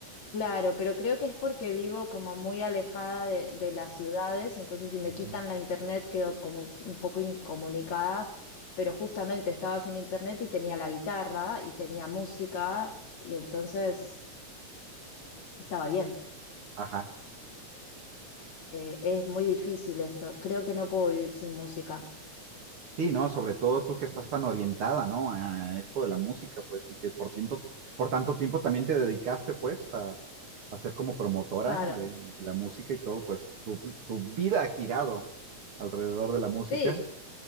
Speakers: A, on the left; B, on the right.
A: Claro, pero creo que es porque vivo como muy alejada de, de las ciudades, entonces si me
B: Ujú.
A: quitan la internet quedo como un poco incomunicada, pero justamente estaba sin internet y tenía la guitarra y tenía música y entonces estaba bien.
B: Ajá.
A: Eh, es muy difícil esto, creo que no puedo vivir sin música.
B: Sí, ¿no? Sobre todo tú que estás tan orientada, ¿no? A esto de la música, pues, y que por tiempo, por tanto tiempo también te dedicaste, pues, a, a ser como promotora
A: Claro,
B: de, de la música y todo, pues, tu, tu vida ha girado alrededor de la música.
A: sí,